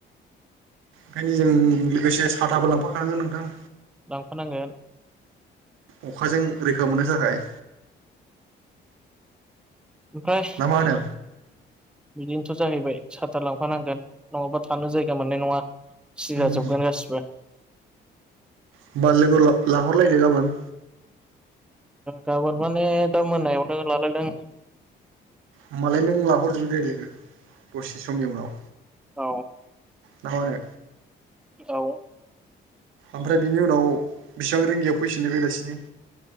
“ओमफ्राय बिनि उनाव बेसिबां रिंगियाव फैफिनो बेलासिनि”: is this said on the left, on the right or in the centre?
Right